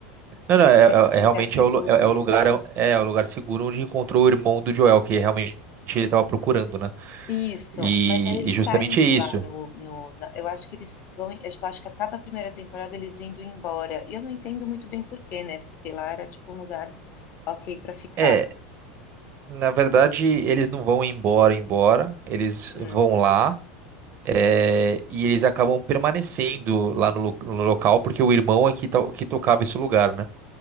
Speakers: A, on the right (about 45°); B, on the left (about 45°).
A: Não, não, é,
B: acho que é esse
A: é- é
B: lugar
A: realmente
B: seguro,
A: é o, lu- é, é
B: né?
A: o lugar, é, é é o lugar seguro onde encontrou o irmão do Joel, que realmente ele estava procurando, né?
B: Isso,
A: E,
B: mas aí eles
A: e justamente
B: saem de
A: é isso.
B: lá no, no, na- eu acho que eles vão, eu tipo, acho que acaba a primeira temporada eles indo embora. E eu não entendo muito bem por quê, né? Porque lá era tipo um lugar ok pra ficar.
A: É, na verdade, eles não vão embora, embora, eles
B: Hum.
A: vão lá, é, e eles acabam permanecendo lá no, lo- no local, porque o irmão é que, to- que tocava esse lugar, né?